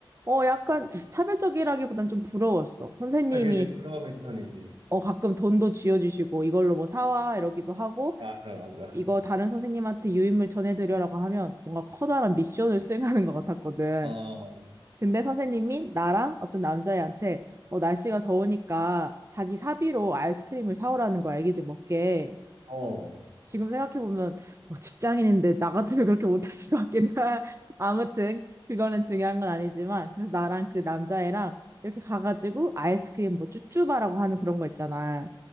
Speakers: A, on the right (about 35°); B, on the right (about 75°).
A: 어, 약간 차별적이라기보단 좀 부러웠어. 선생님이
B: 아, 그지. 부러움의 시선이지.
A: 어, 가끔 돈도 쥐어주시고 이걸로 뭐 사와 이러기도 하고
B: 맞아, 맞아.
A: 이거 다른 선생님한테 유인물 전해드려라고 하면 뭔가 커다란 미션을 수행하는 것 같았거든.
B: 어,
A: 근데 선생님이 나랑 어떤 남자애한테 어, 날씨가 더우니까 자기 사비로 아이스크림을 사오라는 거야, 애기들 먹게.
B: 어.
A: 지금 생각해보면 어, 직장인인데 나 같으면 그렇게 못했을 것 같긴 해. <laughs> 아무튼 그거는 중요한 건 아니지만 그래서 나랑 그 남자애랑 이렇게 가가지고 아이스크림 뭐 쭈쭈바라고 하는 그런 거 있잖아.